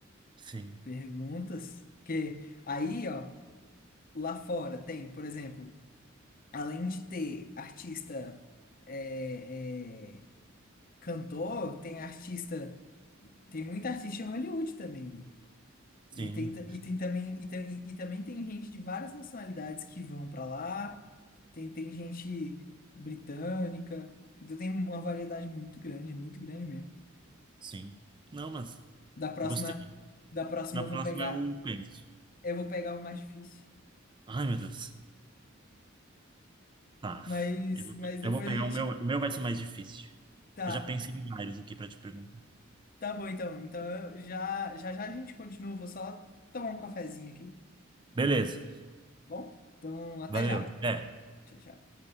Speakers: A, on the right (about 25°); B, on the left (about 45°).
A: Sim,
B: perguntas. que Aí, ó. lá fora tem, por exemplo, além de ter artista é, é, cantor, tem artista, tem muita artista em Hollywood também, né?
A: sim,
B: E tem, ta- e tem também e, tem- e também tem gente de várias nacionalidades que vão pra lá, tem, tem gente britânica, então tem uma variedade muito grande, muito grande mesmo.
A: sim. Não, mas
B: Da próxima,
A: gostei.
B: da próxima
A: Na
B: eu
A: próxima
B: vou pegar,
A: eu penso.
B: eu vou pegar o mais difícil,
A: Ai, meu Deus. Tá.
B: mas,
A: Eu,
B: mas depois
A: eu vou pegar
B: a gente
A: o meu. O meu vai ser mais difícil.
B: tá.
A: Eu já pensei em vários aqui pra te perguntar.
B: Tá bom, então. Então, eu já, já já a gente continua. Vou só tomar um cafezinho aqui,
A: Beleza.
B: tá bom? Então, até
A: Valeu.
B: já.
A: Até.
B: Tchau, tchau.